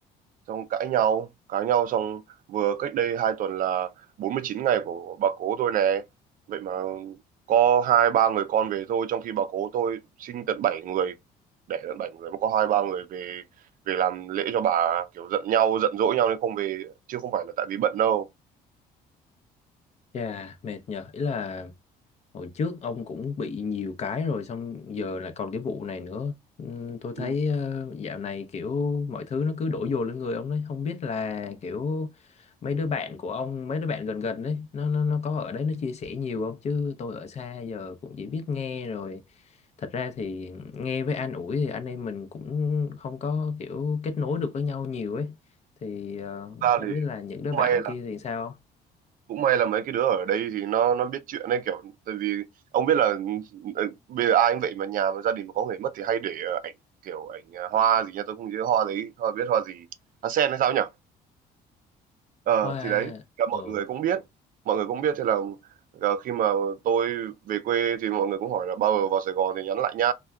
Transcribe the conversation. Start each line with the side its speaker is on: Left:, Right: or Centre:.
Right: xong cãi nhau cãi nhau xong vừa cách đây hai tuần là 49 ngày của bà cố tôi nè vậy mà có hai ba người con về thôi trong khi bà cố tôi sinh tận bảy người đẻ tận bảy người mà có hai ba người về về làm lễ cho bà kiểu giận nhau giận dỗi nhau nên không về chứ không phải là tại vì bận đâu
Left: chà mệt nhở. Ý là hồi trước ông cũng bị nhiều cái rồi xong giờ lại còn cái vụ này nữa. Ừm, tôi
Right: Ừ.
Left: thấy ờ, dạo này kiểu mọi thứ nó cứ đổ dồn lên người ông đấy, không biết là kiểu mấy đứa bạn của ông, mấy đứa bạn gần gần đấy, nó nó nó có ở đấy nó chia sẻ nhiều không chứ tôi ở xa giờ cũng chỉ biết nghe rồi thật ra thì nghe với an ủi thì anh em mình cũng không có kiểu kết nối được với nhau nhiều ấy thì ờ,
Right: Thực ra
Left: không
Right: thì
Left: biết là những đứa bạn
Right: may
Left: kia thì sao
Right: cũng may là mấy cái đứa ở đây thì nó nó biết chuyện đấy kiểu tại vì ông biết là ừ, bây giờ ai cũng vậy mà nhà mà gia đình mà có người mất thì hay để ờ, ảnh kiểu ảnh ờ, hoa gì nha tôi không nhớ hoa đấy hoa biết hoa gì hoa sen hay sao nhỉ ờ
Left: hoa
Right: thì đấy là
Left: ờ
Right: mọi người cũng biết mọi người cũng biết thế là ờ, khi mà tôi về quê thì mọi người cũng hỏi là bao giờ vào Sài Gòn thì nhắn lại nha